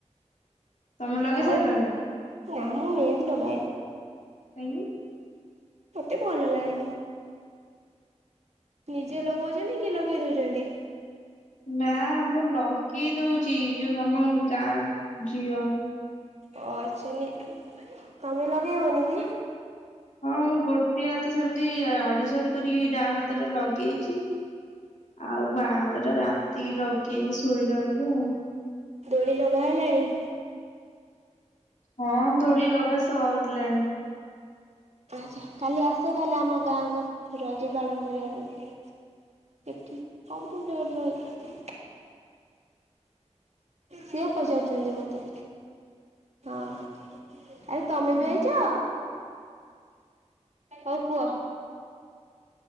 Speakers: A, on the left; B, on the right.
A: ତମେ ଲଗେଇ
B: ଆଉ
A: ସାରିଲଣି।
B: ନା ମୁଁ ମେହେନ୍ଦୀ ଲଗାଏନି।
A: କାଇଁକି?
B: ମତେ ଭଲ ଲାଗେନି। ନିଜେ ଲଗଉଛନ୍ତି କିଏ ଲଗେଇ ଦଉଛନ୍ତି?
A: ନା ମୁଁ ଲଗେଇ ଦଉଛି ଯୋଉ ଆମ ଗାଁ ଝିଅ।
B: ଅ ଚିନି ତମେ ଲଗେଇବନିକି?
A: ହଁ ମୁଁ ଗୋଟେ ହାତ ସେମିତି ଆଡୁ ସାଡୁ କରିକି ଡାହାଣ ହାତଟା ଲଗେଇଛି। ଆଉ ବାଆ ହାତଟା ରାତିକି ଲଗେଇବି ଶୋଇଲା ବେଳକୁ ଆଉ।
B: ଦୋଳି ଲଗା ହେଲାଣି?
A: ହଁ ଦୋଳି ଲଗା ସରିଲାଣିି।
B: ଆଚ୍ଛା କାଲି ଆସ ତାହେଲେ ଆମ ଗାଁକୁ ରଜ ପାଳନ କରିବା ପାଇଁ। ସେଠି କମ୍ପ୍ୟୁଟର ର ଅଛି। ସିଏ ପଚାରୁଛନ୍ତି ମତେ ହଁ ଆରେ। ତମେ
A: ହୁଁ
B: ବି ଆଇଛ ହଉ କୁହ?